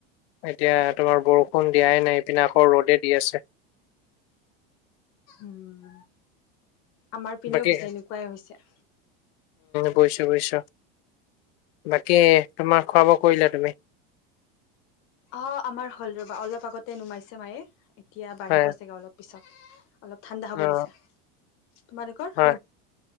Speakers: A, on the left (about 85°); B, on the left (about 45°).
A: এতিয়া তোমাৰ বৰষুণ দিয়াই নাই ইপিনে আকৌ ৰ'দে দি আছে
B: উম আমাৰ পিনেও
A: বাকী
B: পিছে এনেকুৱাই হৈছে
A: পইছো পইছা বাকী তোমাৰ খোৱা বোৱা কৰিলো তুমি?
B: অ আমাৰ হ'ল ৰ'বা অলপ আগতে নুমাইছে মায়ে, এতিয়া বাঢ়িব
A: হয়
B: চাগে অলপ পিছত। অলপ ঠাণ্ডা হ'ব
A: অ
B: দিছে তোমালোকৰ
A: হয়।
B: হ'ল